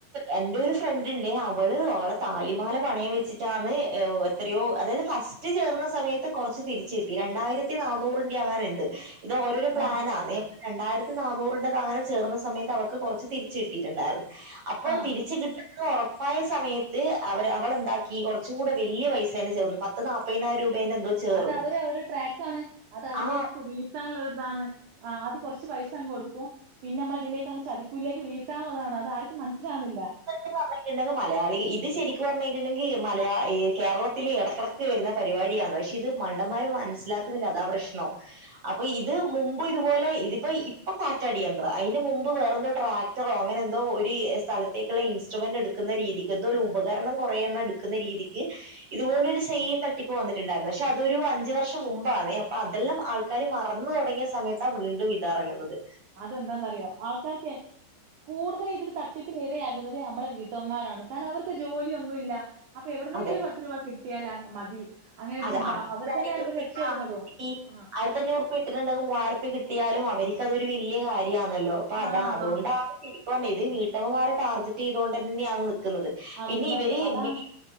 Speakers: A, on the right; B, on the right.
A: എന്റെ ഒരു ഫ്രണ്ട് ഇണ്ടേ അവള് ഓള താലിമാല പണയം വെച്ചിട്ടാണ് എ ഒ എത്രയോ അതായത് ഫസ്സ് ച്ചി ചേർന്ന സമയത്ത് കൊറച്ച് തിരിച്ച് കിട്ടി രണ്ടായിരത്തി നാന്നൂറിന്റെ അങ്ങാനണ്ട് ഇത് ഓരോരോ പ്ലാനാന്നേ
B: ആഹ്
A: രണ്ടായിരത്തി നാന്നൂറിന്റ് അങ്ങനെ ചേർന്ന സമയത്ത് അവർക്ക് കൊറച്ച് തിരിച്ച് കട്ടിയിട്ട് എണ്ടായിരുന്നു അപ്പോ
B: ആഹ്
A: തിരിച്ച് കി കിട്ടുന്ന് ഒറപ്പായ സമയത്ത് അവര് അവള് എന്താക്കി കൊറച്ച് കൂടെ വെല്യ പൈസ അന്നെ ചേർന്നു പ ത്ത് നാപ്പയിനായിരം രൂപ എൻ എന്തോ ചേർന്നു.
B: അത് അവര് ഒരു ട്രാാക്ക ആണ് അത് അതിലേക്ക്
A: ആ
B: വീഴത്താനുള്ള ഒരി ഇതാണ് ആ് ആദ്യ കൊറച്ച് പൈസ അങ്ങ് കൊടുക്കും പിന്നെ അമ്മള ഇതിലേക്ക് അങ്ങ് ചതിക്കും കൂലേക്ക് വിഴ്ത്താൻ ഒള്ളത് ആണ് അത് ആർക്കും മനസ്സിലാവുന്നില്ല
A: ഇങ്ങനെ പറഞ്ഞിട്ട് ഒണ്ടെങ്കിൽ മലയാളി ഇത് ശരിക്കും പറഞ്ഞിട്ട് ഇണ്ടെങ്കില് മലയാ ഈ കേരളത്തിലെ എടക്ക്‌ എടക്ക്‌ റ്റി വരുന്ന പരിപാടിയാണ് പക്ഷെ ഇത് മണ്ടന്മാര് മനസ്സിലാക്കുന്നില്ല അതാ പ്രശ്നം അപ്പോ ഇത് മുമ്പ് ഇതുപോലെ ഇതിപ്പോ ഇപ്പൊ കാറ്റാടി യന്ത്ര അയിന്റ് മുമ്പ് വേറെ എന്തോ ട്രാ ട്രറോ അങ്ങനെ എന്തോ ഒരി സ്ഥലത്തേക്കുള്ള ഇൻസ്ട്രുമെന്റ് എടുക്കുന്ന രീതിക്ക് എന്തോ ഒരു ഉപകരണം കൊറേ എണ്ണം ടിക്ക്‌ വെക്കുന്ന രീതിക്ക് ഇതുപോല ഒരു തട്ടിപ്പ് സെയിം വന്നിട്ട് ഇണ്ടായിരുന്നു പക്ഷെ അതൊരു അഞ്ച് വർഷം മുമ്പ് അന്നേ അപ്പ അതെല്ലാം ആൾ ക്കാര് മറന്ന് തോടങ്ങിയ സമയത്താ വീണ്ടും ഇത് ഇറങ്ങുന്നത്
B: അത് എന്താന്ന് അറിയോ ആൾക്കാർക്കെ കൂടുതൽ ഇതിൽ തട്ടിപ്പില് എരയാകുന്നത് അമ്മള വീട്ടമ്മമാരാണ് കാരണം അവർക്ക് ജോലി ഒന്നും ഇല്ല അപ്പൊ എവിടുന്ന്
A: അതെ
B: എങ്കിലും ഒരു പത്ത് രൂപ കിട്ടിയാൽ ല മതി അങ്ങനെ ഒരു
A: അത്
B: ചിന്ത.
A: <unintelligible>
B: അവർ തന്നെയാണ് ഇവര് രക്ഷപ്പെടുന്നതും.
A: ഈ
B: ആ.
A: <unintelligible> മൂവായിരത്തി അഞ്ഞുറ് റുപ്പിയ ഇട്ടിട്ട് ഒണ്ടെങ്കിൽ മൂവായിരത്തി കിട്ടിയാലും അവരിക്ക് അത് ഒരു വെല്യ കാര്യ അന്ന് അല്ലോ അപ്പ
B: ആ,
A: അതാ അത്
B: ആ.
A: കൊണ്ടാ ശരിക്കും ആന്നേ ഇത് വീട്ടമ്മമാരെ ടാർഗറ്റ് ചെയ്ത കൊണ്ട് തന്നെയാന്ന് നൽക്കുന്നത്
B: ആ
A: പിന്നെ
B: വരുന്നത്.
A: ഇവരെ
B: അതാണ്.
A: എന്തെങ്കി